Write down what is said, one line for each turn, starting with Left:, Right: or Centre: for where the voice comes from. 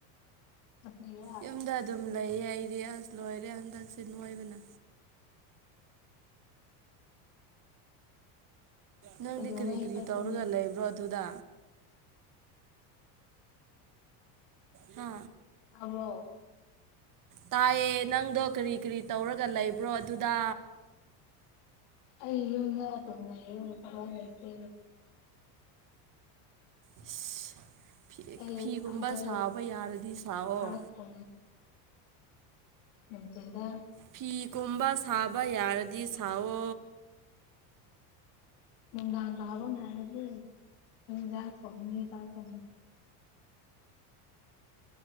Left: ꯁꯨꯇꯤꯔꯥ
Right: ꯌꯨꯝꯗ ꯑꯗꯨꯝ ꯂꯩꯌꯦ ꯑꯩꯗꯤ ꯑꯁ ꯂꯣꯏꯔꯦ ꯍꯟꯗꯛꯁꯦ ꯅꯣꯏꯕꯅ ꯅꯪꯗꯤ
Left: ꯀꯩꯗꯧꯉꯩ
Right: ꯀꯔꯤ ꯀꯔꯤ
Left: ꯆꯠꯀꯅꯤ
Right: ꯇꯧꯔꯒ ꯂꯩꯕ꯭ꯔꯣ ꯑꯗꯨꯗ ꯍꯥ
Left: ꯑꯣ
Right: ꯇꯥꯏꯌꯦ ꯅꯪꯗꯣ ꯀꯔꯤ ꯀꯔꯤ ꯇꯧꯔꯒ ꯂꯩꯕ꯭ꯔꯣ ꯑꯗꯨꯗ
Left: ꯑꯩ ꯌꯨꯝꯗ ꯇ ꯌ ꯂꯩꯇ
Right: ꯏꯁ ꯐꯤ
Left: ꯑꯩ
Right: ꯐꯤꯒꯨꯝꯕ
Left: ꯍꯧꯕ
Right: ꯁꯥꯕ ꯌꯥꯔꯗꯤ ꯁꯥꯑꯣ
Left: ꯆꯥ ꯐ ꯏꯇꯗ
Right: ꯐꯤꯒꯨꯝꯕ ꯁꯥꯕ ꯌꯥꯔꯗꯤ ꯁꯥꯑꯣ
Left: ꯎꯝꯗꯥꯥꯡ ꯂꯕ ꯉ ꯍꯥꯏ ꯑꯗꯨ ꯀ ꯊ ꯀ